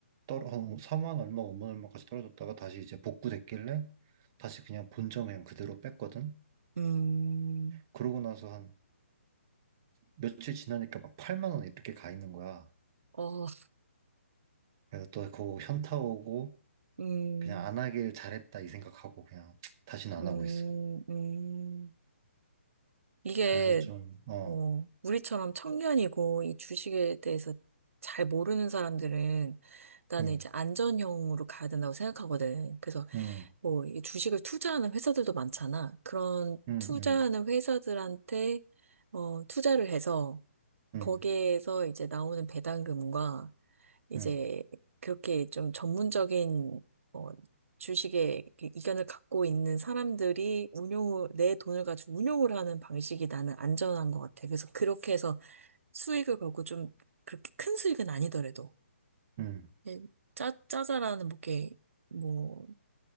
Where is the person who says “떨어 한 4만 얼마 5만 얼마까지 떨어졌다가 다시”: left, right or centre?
Right